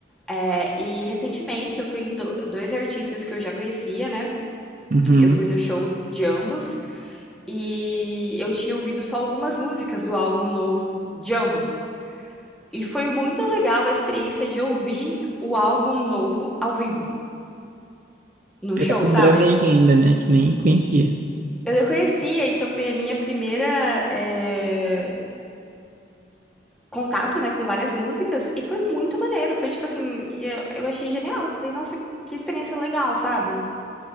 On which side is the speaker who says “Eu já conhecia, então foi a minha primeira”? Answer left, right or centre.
Centre